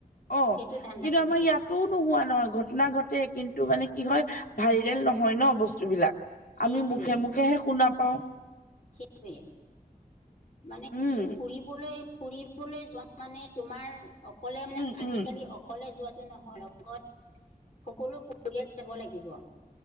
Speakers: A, on the left (about 75°); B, on the left (about 55°).
A: অ'।
B: সেইটো ধান্দাতে
A: কিন্তু আমাৰ
B: থাকে
A: ইয়াত টো নোহোৱা নহয় ঘটনা ঘটে কিন্তু মানে কি হয়, ভাইৰেল নহয় ন বস্তুবলাক।
B: সেইটোৱে
A: আমি মুখে-মুখে হে শুনা পাওঁ।
B: সেইটোৱে, মানে
A: উম
B: কি ফুৰি ফুৰিবলৈ-ফুৰিবলৈ যোৱা মানে তোমাৰ অকলে মানে
A: উম
B: আজিকালি
A: উম
B: অকলে যোৱটো নহয়, লগত সকলো পৰিয়াল যাব লাগিব।